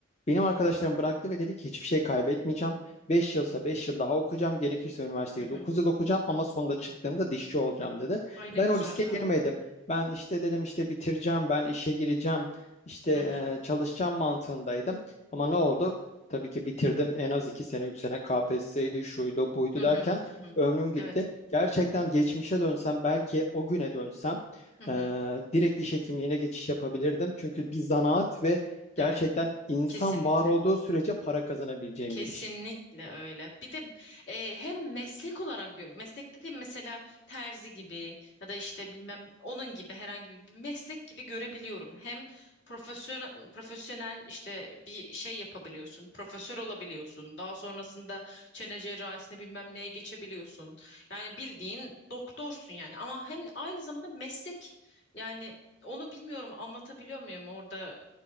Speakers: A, on the left; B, on the left.
A: Benim arkadaşlarım bıraktı ve dedi ki hiçbir şey kaybetmeyeceğim. 5 yılsa 5 yıl daha okuyacağım. Gerekirse üniversiteyi
B: Hı hı.
A: 9 yıl okuyacağım ama sonunda çıktığımda dişçi olacağım dedi.
B: Ay ne
A: Ben
B: güzel
A: o riske
B: ya.
A: girmedim. Ben işte dedim işte bitireceğim, ben işe gireceğim, işte
B: Hı hı.
A: e, çalışacağım mantığındaydım. Ama ne oldu? Tabii ki bitirdim en az 2 sene 3 sene KPSS'ydi şuydu buydu
B: Hı hı.
A: derken
B: Hı hı.
A: ömrüm gitti.
B: Evet.
A: Gerçekten geçmişe dönsem belki o güne dönsem
B: Hı hı.
A: eee, direkt diş hekimliğine geçiş yapabilirdim. Çünkü bir zanaat ve gerçekten
B: Evet.
A: insan
B: Kesinlikle.
A: var olduğu sürece para kazanabileceğim
B: Kesinlikle
A: bir iş.
B: öyle. Bir de e, hem meslek olarak gö- meslek dediğim mesela terzi gibi ya da işte bilmem onun gibi herhangi bir meslek gibi görebiliyorum. Hem profesyonel profesyonel işte bir şey yapabiliyorsun. Profesör olabiliyorsun. Daha sonrasında çene cerrahisine bilmem neye geçebiliyorsun. Yani bildiğin doktorsun yani ama hem aynı zamanda meslek yani onu bilmiyorum anlatabiliyor muyum orada